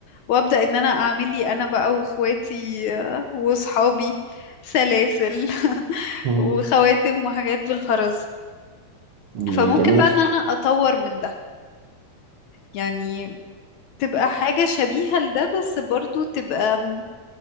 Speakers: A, on the left; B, on the right.
A: وابدا ان انا اعمل لي انا بقى واخواتي آه، واصحابي سلاسل <laughs>
B: مم.
A: وخواتم وحاجات بالخرز
B: دي
A: فممكن
B: جميل
A: بقى ان انا اطور من ده يعني تبقى حاجة شبيهة لده بس برضو تبقى م،